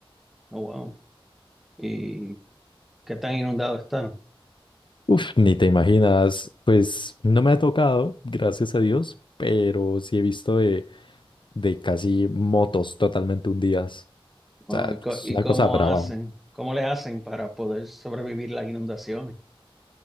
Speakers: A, in the centre; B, on the left.
A: Oh, wow. ¿Y qué tan inundado está?
B: Uf, ni te imaginas, pues no me ha tocado, gracias a Dios, pero sí he visto de, de casi motos totalmente hundidas.
A: Wow,
B: O sea,
A: ¿y, co-
B: es
A: y
B: una
A: cómo
B: cosa brava.
A: hacen? ¿Cómo le hacen para poder sobrevivir las inundaciones?